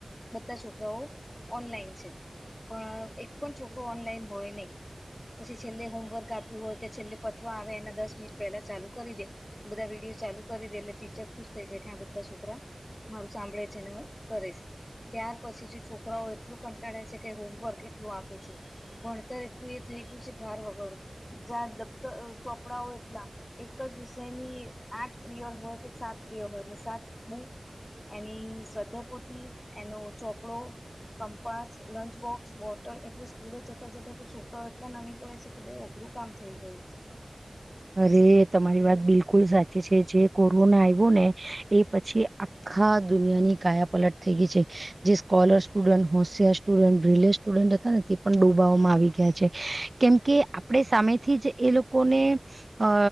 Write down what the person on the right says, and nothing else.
અરે તમારી વાત બિલકુલ સાચી છે, જે કોરોના આવ્યો ને એ પછી હા દુનિયાની કાયા પલટ થઈ ગઈ છે. જે સ્કોલર સ્ટુડન્ટ હોશિયાર સ્ટુડન્ટ બ્રિલે સ્ટુડન્ટ હતા ને તે પણ ડૂબવામાં આવી ગયા છે કેમ કે આપણેે સામેથી જ એ લોકોને. અ